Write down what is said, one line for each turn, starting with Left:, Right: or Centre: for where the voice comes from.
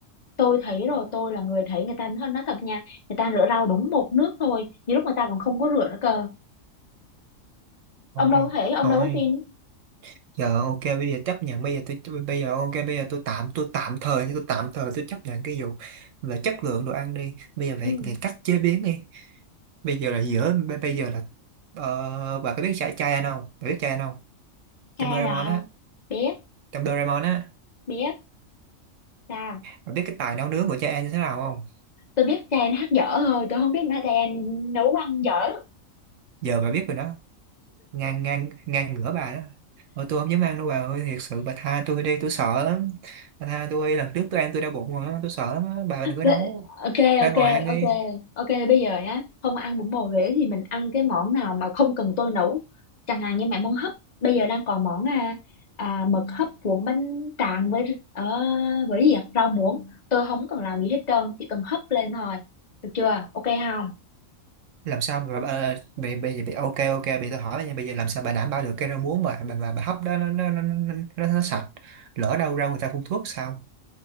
Left: tôi thấy rồi tôi là người thấy người ta nói nói thật nha người ta rửa rau đúng một nước thôi nhiều lúc người ta còn không có rửa nữa cơ ông
Right: thôi
Left: đâu có thể ông
Right: thôi
Left: đâu có tin
Right: giờ ok bây giờ chấp nhận bây giờ tôi bây giờ ok bây giờ tôi tạm tôi tạm thời nhưng tôi tạm thời tôi chấp nhận cái vụ là chất lượng đồ ăn đi bây giờ phải
Left: ừ.
Right: phải cách chế biến đi bây giờ là giữa b- bây giờ là ờ, bà có biết chai chai ăn không bà biết chai ăn không
Left: Trai
Right: trong Doraemon
Left: là
Right: á
Left: biết
Right: trong Doraemon á
Left: biết sao
Right: bà biết cái tài nấu nướng của chai ăn như thế nào không
Left: tôi biết trai anh hát dở thôi tôi không biết là trai anh nấu ăn dở
Right: giờ bà biết rồi đó ngang ngang ngang ngửa bà đó Ôi tôi không dám ăn đâu bà ơi thiệt sự bà tha tôi đi tôi sợ lắm bà tha tôi lần trước tôi ăn tôi đau bụng rồi á, tôi sợ lắm á. bà đừng có
Left: Đấy,
Right: nấu
Left: ok
Right: ra
Left: ok
Right: ngoài ăn
Left: ok
Right: đi
Left: ok bây giờ nhá không ăn bún bò Huế thì mình ăn cái món nào mà không cần tôi nấu chẳng hạn như mẹ món hấp bây giờ đang còn món à, à, mực hấp cuốn bánh tráng với ờ, với gì ạ? rau muống tôi không cần làm gì hết trơn chỉ cần hấp lên thôi được chưa ok không
Right: làm sao mà bà, bây bây giờ bị ok ok bị tôi hỏi nha bây giờ làm sao bà đảm bảo được cái rau muống mà bà, bà, bà hấp đó nó nó, nó, nó, nó, nó sạch lỡ đâu ra người ta phun thuốc sao